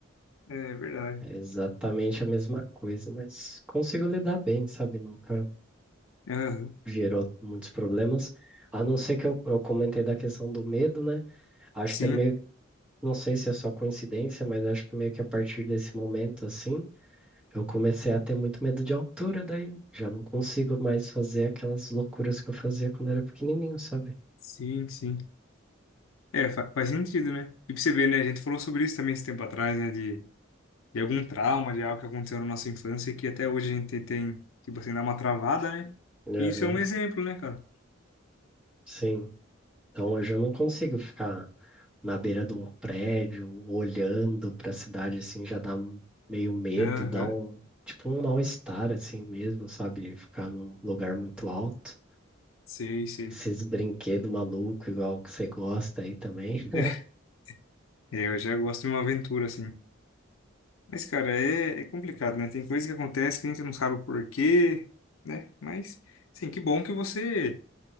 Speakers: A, on the left (about 80°); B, in the centre.
A: É verdade.
B: É exatamente a mesma coisa, mas consigo lidar bem, sabe? Nunca
A: Aham.
B: gerou muitos problemas. A não ser que eu, eu comentei da questão do medo, né? Acho
A: Sim,
B: que é meio, não sei se é só coincidência, mas acho que meio que a partir desse momento, assim, eu comecei a ter muito medo de altura, daí já não consigo mais fazer aquelas loucuras que eu fazia quando era pequenininho, sabe?
A: sim, sim. É, fa- faz sentido, né? E pra você ver, né? A gente falou sobre isso também esse tempo atrás, né? De, de algum trauma, de algo que aconteceu na nossa infância e que até hoje a gente tem, tipo assim, dá uma travada, né?
B: Aham,
A: E isso é um exemplo, né, cara?
B: Sim. Então hoje eu não consigo ficar na beira de um prédio, olhando para a cidade assim, já dá um- meio medo,
A: Aham.
B: dá um tipo um mal-estar assim mesmo, sabe? Ficar num lugar muito alto.
A: Sei, sei.
B: Esses brinquedos malucos, igual que você gosta aí também. <laughs>
A: É, eu já gosto de uma aventura, assim. Mas, cara, é, é complicado, né? Tem coisa que acontece que a gente não sabe o porquê, né? Mas, sim, que bom que você,